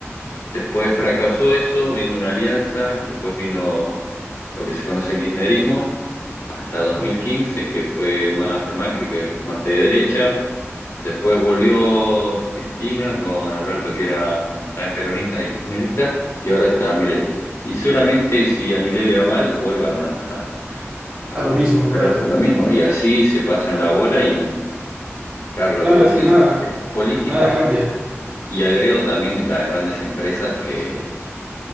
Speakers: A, on the left; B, on the right.
A: Después fracasó eso, vino una alianza, después vino lo que se conoce el kirchnerismo, hasta dos
B: mm.
A: mil quince que fue más de Macri, que es más de derecha, Después volvió Cristina con Alberto, que era mm, también peronista y kirchnerista, y ahora está Milei. Y seguramente si a Milei le va mal, vuelvan a, <laughs> a,
B: A lo mismo, claro.
A: pero a lo mismo. Y así se pasan la bola y, claro,
B: Claro,
A: lo que vos
B: es
A: decís
B: que nada,
A: es político
B: nada cambia,
A: y agrego también las grandes empresas, que,